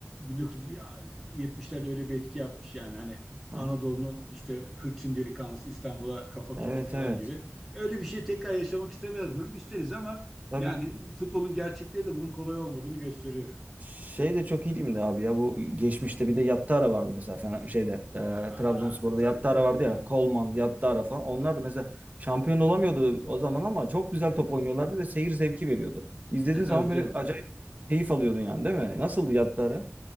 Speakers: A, in the centre; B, on the right.
A: 1970'lerde öyle bir etki yapmış yani hani Anadolu'nun
B: hı hı.
A: işte hırçın delikanlısı İstanbul'a kafa tuttu
B: Evet,
A: falan
B: evet.
A: gibi. Öyle bir şey tekrar yaşamak istemez miyim? İsteriz ama
B: Tabii
A: yani
B: ki.
A: futbolun gerçekliği de bunun kolay olmadığını gösteriyor.
B: Şey de çok ilimli abi ya bu geçmişte bir de Yattara vardı mesela Fena- şeyde e,
A: Aa,
B: Trabzonspor'da
A: tabii
B: Yattara
A: tabii.
B: vardı ya Coleman, Yattara falan onlar da mesela şampiyon olamıyordu o zaman ama çok güzel top oynuyorlardı ve seyir zevki veriyordu. İzlediğin
A: E tabii
B: zaman
A: canım.
B: böyle acayip keyif alıyordun yani değil mi? Nasıldı Yattara?